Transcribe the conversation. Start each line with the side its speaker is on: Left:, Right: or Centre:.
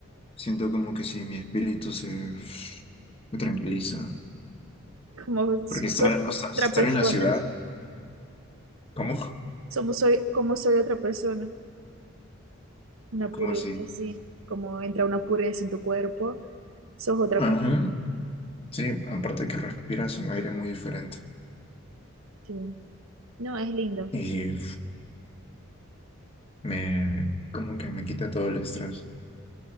Left: siento como que sí, mi espíritu se, se tranquiliza.
Right: como
Left: Porque
Right: soy
Left: estar, o sea,
Right: otra
Left: estar
Right: persona,
Left: en la ciudad, ¿cómo? <laughs>
Right: somos soy, como soy otra persona, una
Left: ¿Cómo
Right: pureza,
Left: así?
Right: así, como entra una pureza en tu cuerpo, sos otra
Left: Ajá.
Right: persona.
Left: Sí, aparte que respiras un aire muy diferente.
Right: Sí. No, es lindo.
Left: Y me, como que me quita todo el estrés.